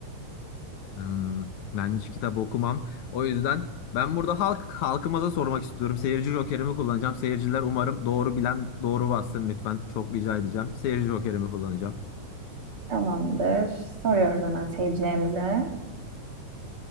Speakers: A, on the left; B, on the right.
A: Hmm, ben hiç kitap okumam. O yüzden ben burada halk halkımıza sormak istiyorum. Seyirci jokerimi kullanacağım. Seyirciler umarım doğru bilen doğru bassın lütfen. Çok rica edeceğim. Seyirci jokerimi kullanacağım.
B: Tamamdır. Soruyoruz hemen seyircilerimize.